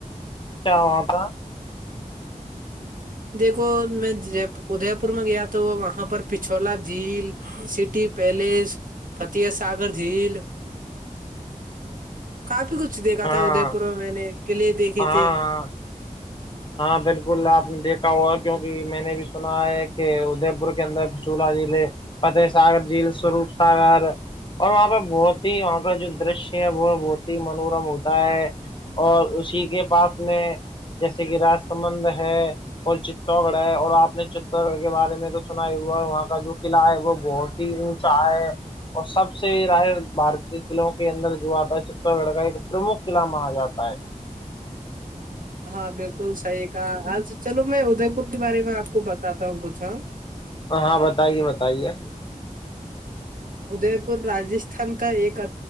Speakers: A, on the left; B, on the right.
A: کیا وہاں پر
B: دیکھو میں ادے پور میں گیا تو وہاں پر پچھولا جھیل سٹی پیلس فتیح ساگر جھیل کافی کچھ دیکھا
A: ہاں
B: تھا ادے پور میں میں نے قلے دیکھے
A: ہاں
B: تھے
A: ہاں بالکل آپ نے دیکھا ہوا کیوںکہ میں نے بھی سنا ہے کہ ادے پور کے اندر چولہ ضلع فتح ساگر جیل سوروپ ساگر اور وہاں پہ بہت ہی وہاں کا جو درشیہ ہے وہ بہت ہی منورم ہوتا ہے اور اسی کے پاس میں جیسے کہ رج سمبند ہے اور چتو گڑھ ہے اور آپ نے چتو گڑھ کے بارے میں تو سنا ہی ہوا وہاں کا جو قلعہ ہے وہ بہت ہی اونچا <unintelligible> اور سب سے رائے بارتی قلعوں کے اندر جو آتا ہے چر گڑکا ایک پرمکھ قلعہ مانا جاتا ہے
B: ہاں بالکل صحیح کہ آج چلو میں ادے پور کے بارے میں آپ کو بتاتا ہوں کچھ ہاں
A: ہاں بتائیے بتائیے
B: د پھان راجستھان کا ایک ا